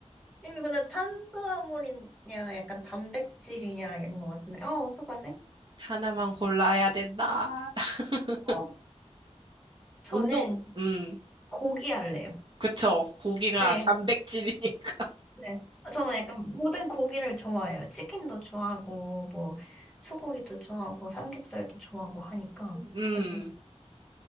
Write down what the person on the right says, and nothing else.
하나만 골라야 된다. <laughs>
운동, 음,
그쵸. 고기가
단백질이니까.
음,